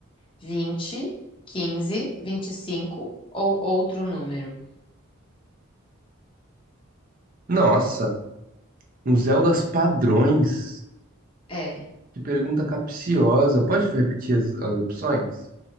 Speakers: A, on the left; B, on the right.
A: vinte, quinze, vinte e cinco ou outro número.
B: Nossa, um Zeldas padrões.
A: É,
B: Que pergunta capciosa. Pode repetir as, as opções?